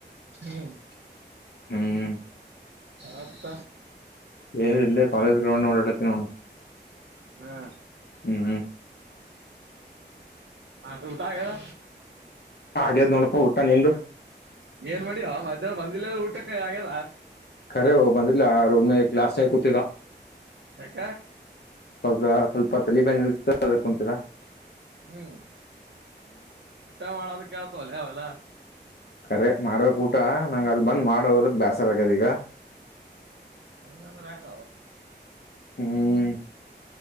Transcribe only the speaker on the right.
ಹ್ಮ್
ಆತ
ಹಾ
ಹದು ಊಟ ಆಗದಲ್ಲ
ಏನ್ ಮಾಡಿಯಿವ ಮಧ್ಯಾಹ್ ಬಂದಿಲ್ಲಲ್ಲ ಊಟಕ್ಕ ಆಗ್ಯಲ್ಲ
ಆಕ
ಹ್ಮ್ ಊಟಾ ಮಾಡಳ ತ ಕತಲ್ಲಯ ಅಲ್ಲ
ಅಲ್ಲಾಗ